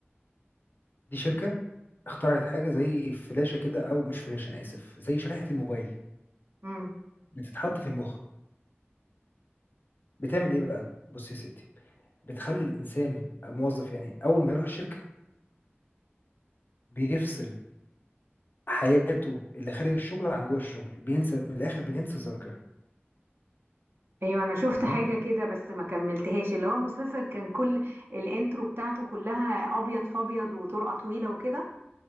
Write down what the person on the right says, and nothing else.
امم
ايوه انا شفت
حاجة كده بس ما كملتهاش اللي هو مسلسل كان كل الانترو بتاعته كلها ابيض فابيض وطرقة طويلة وكده